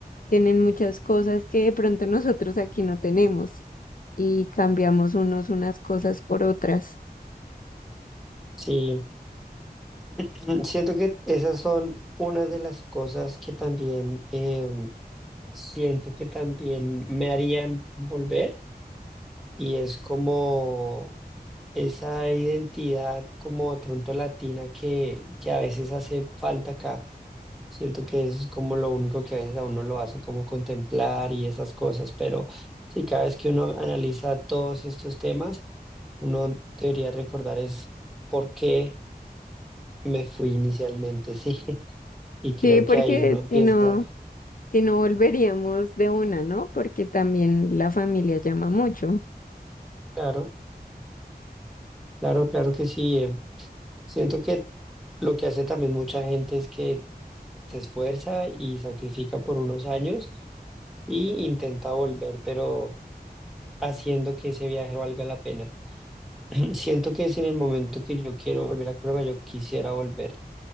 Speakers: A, on the left (about 55°); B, in the centre.
A: tienen muchas cosas que de pronto nosotros aquí no tenemos y cambiamos unos unas cosas por otras.
B: Sí. Mm, Siento que esas son una de las cosas que también em, siento que también me harían volver y es como esa identidad como de pronto latina que, que a veces hace falta acá. Siento que es como lo único que a veces a uno lo hace como contemplar y esas cosas, pero sí, cada vez que uno analiza todos estos temas, uno debería recordar es por qué me fui inicialmente, <laughs> sí. Y creo
A: Sí, porque
B: que ahí uno empieza,
A: si no, si no volveríamos de una, ¿no? Porque también la familia llama mucho.
B: claro, claro, claro que sí. eh, Siento que lo que hace también mucha gente es que se esfuerza y sacrifica por unos años y intenta volver, pero haciendo que ese viaje valga la pena. <clears throat> Siento que si en el momento que yo quiero volver a Colombia, yo quisiera volver